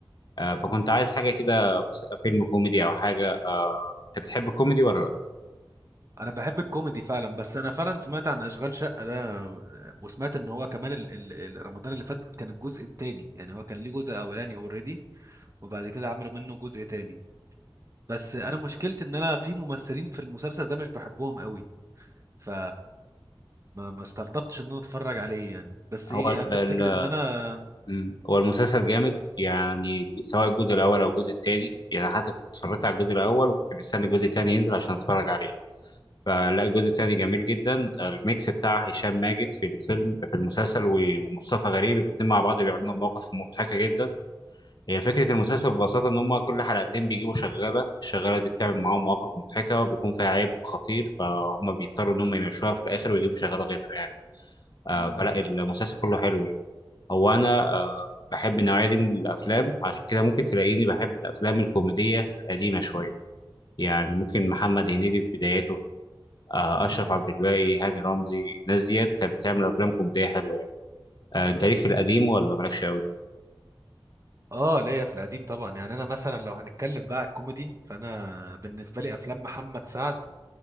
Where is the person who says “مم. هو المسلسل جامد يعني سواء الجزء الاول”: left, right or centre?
Left